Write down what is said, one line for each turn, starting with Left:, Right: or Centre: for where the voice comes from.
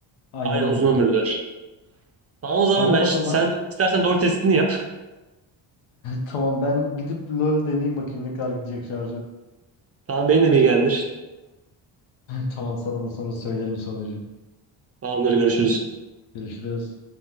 Left: Aynen
Right: Aynen
Left: öyle.
Right: uzun ömürlüler. Tamam o zaman
Left: Tamam
Right: ben
Left: o
Right: sen
Left: zaman. <laughs>
Right: istersen doğru testini yap.
Left: Tamam ben gidip LoL deneyeyim bakayım ne kadar gidecek şarjı.
Right: Tamam beni de bilgilendir.
Left: Tamam sana da sonra söylerim sonucu.
Right: Tamamdır görüşürüz.
Left: Görüşürüz.